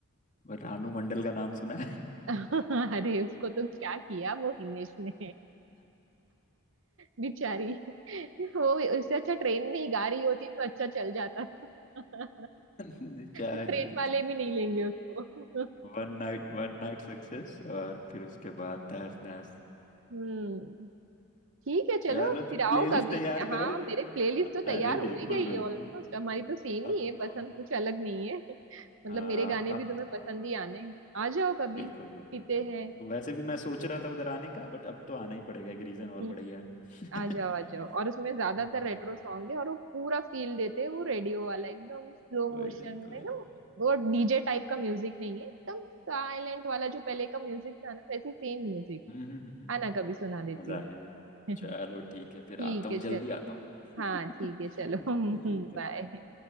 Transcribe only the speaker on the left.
रानू मंडल का नाम सुना है
बेचारी
One night one night success और फिर उसके बाद तहस नहस
चलो
तुम
प्लेलिस्ट
तैयार
करो
अरे
बिल्कुल
बिल्कुल
अब
तो
हाँ
अब
बिल्कुल बिल्कुल
तो वैसे भी मैं सोच रहा था उधर आने का बट अब तो आना ही पड़ेगा एक रीजन
और बढ़ गया
<laughs>
हाँ,
कोई
नहीं कोई
नहीं कोई नहीं
हम्म हम्म, हम्म,
हम्म। मजा
आएगा
चलो ठीक है फिर
आता हूँ
जल्दी
आता हूँ <laughs>
ठीक
है
बाय